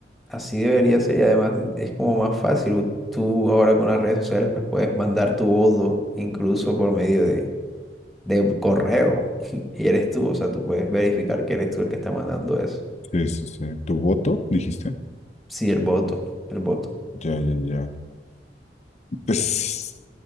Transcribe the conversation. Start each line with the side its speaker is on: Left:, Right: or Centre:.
Centre: así debería ser y además es como más fácil. Tú ahora con las redes sociales pues puedes mandar tu voto incluso por medio de, de correo <laughs> y eres tú, o sea, tú puedes verificar que eres tú el que está mandando eso.
Left: sí, sí. sí. ¿Tu voto, dijiste?
Centre: Sí, el voto, el voto.
Left: Ya, ya, ya. Pues